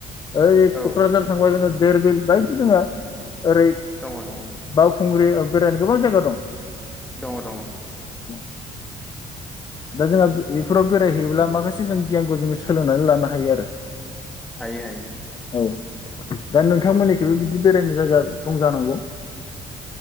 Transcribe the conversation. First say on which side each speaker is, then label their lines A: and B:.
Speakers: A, on the left; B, in the centre.
A: ओइ
B: औ
A: क'क्राझार थांबा जोङो देरबिल बायदि जोङो ओरै
B: दङ दङ
A: बाव खुंग्रि बेरायनो गोबां जायगा दं।
B: दङ दङ
A: <inaudible> दा जोंहा बेफोराव बेरायहैयोब्ला माखासे जों गियानखौ जोङो सोलोंनानै लानो हायो आरो
B: हायो हायो
A: औ दा नोंथांमोननिखैबो बिदि बेरायनो जायगा दं जानांगौ